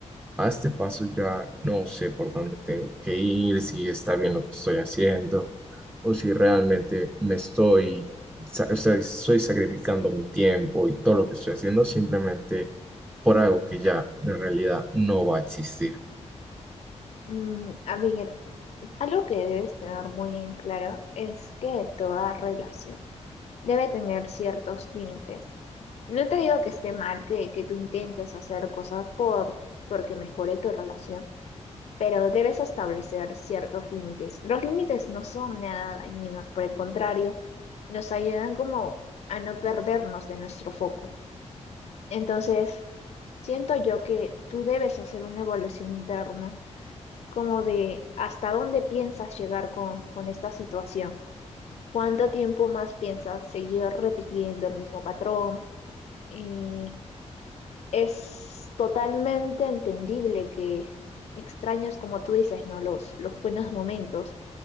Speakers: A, on the right; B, on the left.
A: a este paso ya no sé por dónde tengo que ir, si está bien lo que estoy haciendo o si realmente me estoy, sa- o sea, estoy sacrificando mi tiempo y todo lo que estoy haciendo simplemente por algo que ya en realidad no va a existir.
B: Mm, a ver, algo que debes tener muy en claro es que toda relación debe tener ciertos límites. No te digo que esté mal que, que tú intentes hacer cosas por porque mejore tu relación, pero debes establecer ciertos límites. Los límites no son nada dañinos, por el contrario, nos ayudan como a no perdernos de nuestro foco. Entonces, siento yo que tú debes hacer una evaluación interna, como de hasta dónde piensas llegar con, con esta situación. ¿Cuánto tiempo más piensas seguir repitiendo el mismo patrón? Eh, Es totalmente entendible que extraños, como tú dices, ¿no? Los, los buenos momentos,